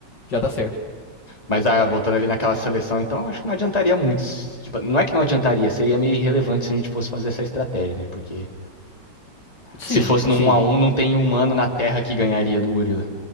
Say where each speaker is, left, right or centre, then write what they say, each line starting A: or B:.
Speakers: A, on the left; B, on the left.
A: já dá certo.
B: Mas ah, voltando ali naquela seleção, então acho que não adiantaria muito. Tipo, não é que não adiantaria, seria meio irrelevante se a gente fosse fazer essa estratégia, né? Porque
A: Sim,
B: se fosse num
A: sim.
B: 1 a um não tem humano na Terra que ganharia do gorila.